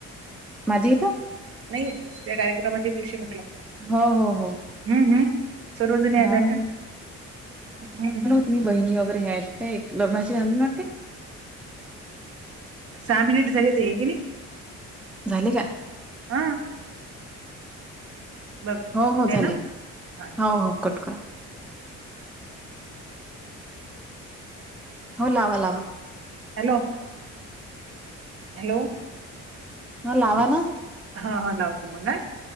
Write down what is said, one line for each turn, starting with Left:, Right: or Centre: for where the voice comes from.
Centre: माझे आहे का?
Right: नाही त्या कार्यक्रमाच्या दिवशी म्हटलं
Centre: हो हो हो.
Right: हम्म हम्म. सर्वजणी आल्या
Centre: हाव
Right: तर, हम्म.
Centre: तुम्ही बहिणी वगैरे आहेत काय? एक लग्नाशी <unintelligible> वाटते.
Right: सहा मिनिट झाले होते आहे की नाही.
Centre: झाली का?
Right: हा बघा
Centre: हो हो झाले.
Right: आहे ना? हां ठीक
Centre: हो
Right: आहे.
Centre: हो कट करा. हो लावा लावा.
Right: हॅलो. हॅलो.
Centre: हा लावा ना.
Right: हा हा लावते मग हा.